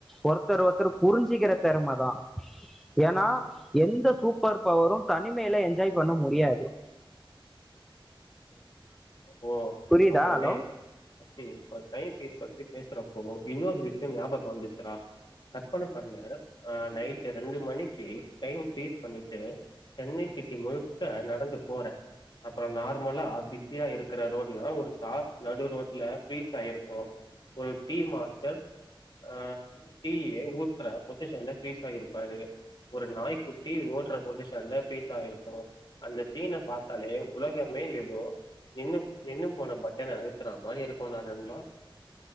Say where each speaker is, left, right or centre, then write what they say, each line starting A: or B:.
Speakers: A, in the centre; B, on the left (about 55°).
A: ஒருத்தர் ஒருத்தர் புரிஞ்சுிக்கிற திறமதான் ஏனா எந்த சூப்பர் பவரும் தனிமையில என்ஜாய் பண்ண முடியாது
B: ஓ
A: புரியுதா
B: அப்ப
A: ஹலோ
B: டேய் மச்சி இப்ப டைம் பிஸ் புள் அது பத்தி பேசுறப்போ இன்னொரு விஷயம் ஞாபகம் வந்துச்சுறா கற்பன பண்ணு ஆ நைட்டு ரெண்டு மணிக்கு டைம் ப்ரிஸ் பண்ணிட்டு சென்னை சிட்டி முழுக்க நடந்து போறேன் அப்புறம் நார்மலா பிஸி ப்ரியா இருக்கிற ரோட்ல ஒரு கார் நடு ரோட்ல ஃப்ரிஸ் ஆகி இருக்கும் ஒரு டி மாஸ்டர் ஆ ஊ டி ஊ ட்டுற பொசிஷன்ல ஃப்ரீஸ் ஆகி இருப்பாரு ஒரு நாய் குட்டி ஓடுற பொசிஷன்ல ஃப்ரீஸ் ஆகி இருக்கும் அந்த சீன பார்த்தாலே உலகமே ஏதோ நின்னு நின்னு போன பட்டன அழுத்துற மாரி இருக்கும் தான நன்பா